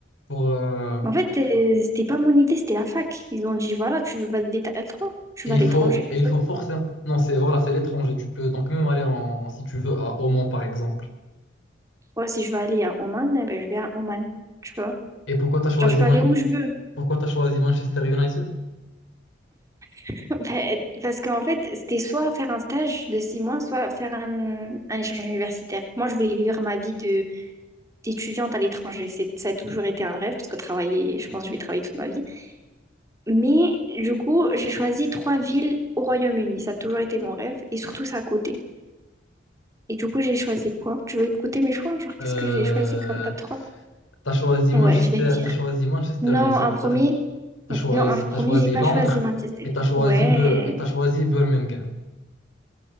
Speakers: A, on the left; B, on the right.
A: pour euh,
B: En fait, euh, c'était pas mon idée, c'était la fac. Ils ont dit, voilà, tu veux valider ta L3, tu
A: et
B: vas
A: il
B: à l'étranger.
A: faut et il faut forcément non c'est voilà c'est l'étranger. Tu peux donc même aller en si tu veux à, au Mans par exemple.
B: Moi, si je veux aller à Oman, eh ben, je vais à Oman, tu vois.
A: Et pourquoi t'as choisi
B: Genre, je peux
A: Man-
B: aller où je veux.
A: pourquoi t'as choisi Manchester United?
B: <laughs> Ben, Parce qu'en fait, c'était soit faire un stage de six mois, soit faire un, un échange universitaire. Moi, je voulais vivre ma vie de d'étudiante à l'étranger. C'est, ça a toujours été un rêve, parce que travailler, je pense que je vais travailler toute ma vie. Mais du coup, j'ai choisi trois villes au Royaume-Uni. Ça a toujours été mon rêve, et surtout, c'est à côté. Et du coup, j'ai choisi quoi? Tu veux écouter mes choix? Genre, qu'est-ce
A: Euh,
B: que j'ai choisi comme top trois
A: t'as choisi
B: Ouais,
A: Manchester
B: je vais te dire.
A: t'as choisi Manchester
B: Non,
A: United.
B: un premier.
A: T'as t'as choisi
B: Non, un premier,
A: t'as choisi
B: j'ai pas
A: Londres
B: choisi Manchester.
A: et t'as choisi
B: Ouais.
A: Bu- et t'as choisi Birmingham.